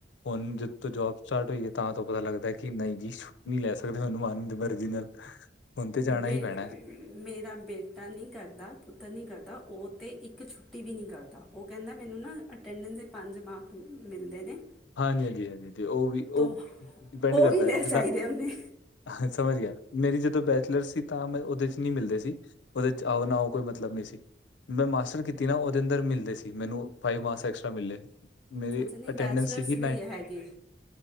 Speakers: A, on the left; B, in the centre.
A: ਹੁਣ ਜਦ ਤੋਂ ਜੋਬ ਸਟਾਰਟ ਹੋਈ ਹੈ ਤਾਂ ਤੋਂ ਪਤਾ ਲੱਗਦਾ ਕਿ ਨਹੀਂ ਜੀ ਛੁੱਟੀ ਨੀ ਲੈ ਸਕਦੇ ਥੋਨੂੰ ਮਨ ਦੀ ਮਰਜ਼ੀ ਨਾਲ। ਹੁਣ ਤੇ ਜਾਣਾ
B: ਬੇ
A: ਹੀ ਪੈਣਾ।
B: ਮੇਰਾ ਬੇਟਾ ਨੀ ਕਰਦਾ ਪੁੱਤਰ ਨੀ ਕਰਦਾ ਓ ਤੇ ਇੱਕ ਛੁੱਟੀ ਵੀ ਨੀ ਕਰਦਾ। ਤਾਂ ਉਹ ਕਹਿੰਦਾ ਮੈਨੂੰ ਨਾ ਅਟੈਂਡੈਂਸ ਦੇ ਪੰਜ ਮਾਰਕ ਮਿਲਦੇ ਨੇ।
A: ਹਾਂਜੀ ਹਾਂਜੀ ਹਾਂਜੀ ਓ ਵੀ
B: ਤੋ
A: ਓ ਡਿਪੈਂਡ
B: ਉਹ
A: ਕਰਦਾ
B: ਵੀ ਲੈ
A: ਜਿੱਦਾਂ
B: ਚਾਹੀਦੇ ਉਹਨੇ
A: ਹਾਂ, ਸਮਝ ਗਿਆ ਮੇਰੀ ਜਦੋਂ ਬੈਚਲਰ ਸੀ ਤਾਂ ਮੈਂ ਉਹਦੇ ਚ ਨੀ ਮਿਲਦੇ ਸੀ। ਉਹਦੇ ਚ ਆਓ ਨਾ ਆਓ ਕੋਈ ਮਤਲਬ ਨੀ ਸੀ ਮੈਂ ਮਾਸਟਰ ਕੀਤੀ ਨਾ ਉਹਦੇ ਅੰਦਰ ਮਿਲਦੇ ਸੀ ਮੈਨੂੰ ਫਾਈਵ ਮਾ ਐਕਸਟ੍ਰਰਾ ਮਿਲੇ ਮੇਰੀ
B: ਅੱਛਾ ਨਹੀਂ
A: ਅਟੈਂਡੈਂਸ
B: ਬੈਚਲਰਸ
A: ਸੀਗੀ
B: ਵੀ ਹੈਗੀ।